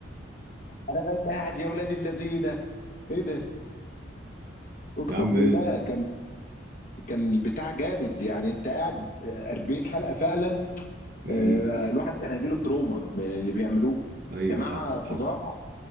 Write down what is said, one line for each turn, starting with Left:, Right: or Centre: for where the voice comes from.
Left: انا بقيت قاعد يا ولاد اللذيذه ايه ده اقسم
Right: يا عم
Left: بالله
Right: إيه؟
Left: كان كان البتاع جامد يعني انت قاعد آه، 40 حلقه فعلا
Right: مم.
Left: آه، الواحد كان هيجيله تروما من اللي بيعملوه
Right: ايوه
Left: جماعه
Right: حصل
Left: فظاع
Right: حصل